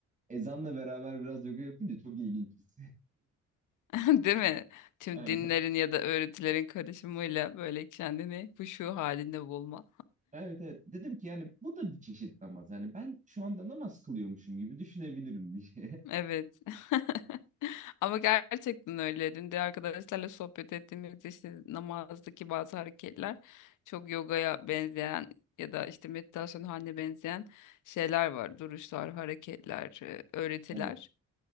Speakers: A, on the right; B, on the left.
A: ezanla beraber biraz yoga yapınca çok ilginç. hissi.
B: <laughs> Değil mi? Tüm
A: <laughs> Aynen.
B: dinlerin ya da öğretilerin karışımıyla böyle kendini huşu halinde bulma.
A: Evet evet dedim ki yani bu da bir çeşit namaz. Yani ben şu anda namaz kılıyormuşum gibi düşünebilirim diye. <laughs>
B: Evet. <laughs> <laughs> Ama gerçekten öyle. Dün de arkadaşlarla sohbet ettiğimiz işte namazdaki bazı hareketler çok yogaya benzeyen ya da işte meditasyon haline benzeyen şeyler var. Duruşlar, hareketler, e, öğretiler.
A: Evet.